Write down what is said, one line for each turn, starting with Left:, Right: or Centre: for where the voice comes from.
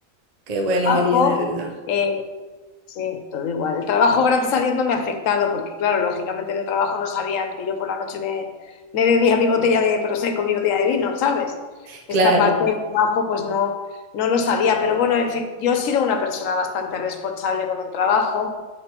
Right: qué bueno,
Left: trabajo.
Right: María, de verdad.
Left: eh, sí, todo igual. El trabajo, gracias a Dios, no me ha afectado, porque claro, lógicamente en el trabajo no sabían que yo por la noche me, me bebía mi botella de prosecco, mi botella de vino, ¿sabes?
Right: Claro,
Left: Esta parte
Right: claro.
Left: del trabajo, pues no, no lo sabía, pero bueno, en fin, yo he sido una persona bastante responsable con el trabajo.